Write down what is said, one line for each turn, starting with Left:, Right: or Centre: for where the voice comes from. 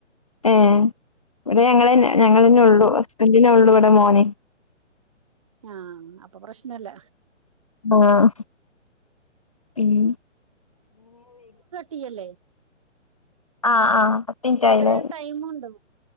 Left: ഏ ഇവിടെ ഞങ്ങളന്ന
Right: ഉം
Left: ഞങ്ങളന്നെ
Right: അവിടെ
Left: ഉള്ളു ഹസ്ബൻറിനെ ഉള്ളു ഇവിടെ മോനെ
Right: ആഹ് അപ്പൊ പ്രശ്നമില്ല
Left: ആഹ് ഉം
Right: <unintelligible> അല്ലെ
Left: ആഹ് ആഹ് പത്തു മിനുട്ടായി
Right: എത്ര
Left: അല്ലേ
Right: ടൈമുണ്ടോ